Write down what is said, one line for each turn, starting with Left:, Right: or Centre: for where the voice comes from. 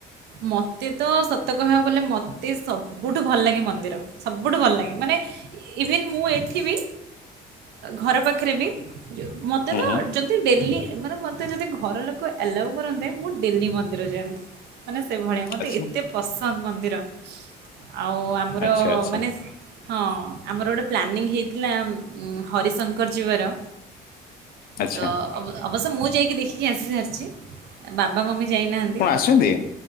Right: ମତେ ତ ସତକହିବାକୁ ଗଲେ, ମତେ ସବୁଠୁ ଭଲ ଲାଗେ ମନ୍ଦିର। ସବୁଠୁ ଭଲ ଲାଗେ। ମାନେ ଇଭିନ୍ ମୁଁ ଏଠି ବି ଘର ପାଖରେ ବି ମତେ
Left: ହୁଁ
Right: ତ
Left: ହୁଁ
Right: ଯୋ ଡେଲି ମାନେ ମତେ ଯଦି ଘର ଲୋକ ଏଲାଉ କରନ୍ତେ ମୁଁ ଡେଲି ମନ୍ଦିର ଯାଆନ୍ତି। ମାନେ ସେଇଭଳିଆ ମତେ
Left: ଆଚ୍ଛା
Right: ଏତେ ପସନ୍ଦ ମନ୍ଦିର ଆଉ ଆମର
Left: ଆଚ୍ଛା ଆଚ୍ଛା
Right: ମାନେ ହଁ ଆମର ଗୋଟିେ ପ୍ଲାନିଂ ହେଇଥିଲା ହରିଶଙ୍କର ଯିବାର।
Left: ଆଚ୍ଛା
Right: ତ ଅବ ଅବଶ୍ୟ ମୁଁ ଯାଇକି ଦେଖିକି ଆସି ସାରିଛି ବାବା ମମି ଯାଇନାହାନ୍ତି।
Left: ଯାଇଛନ୍ତି।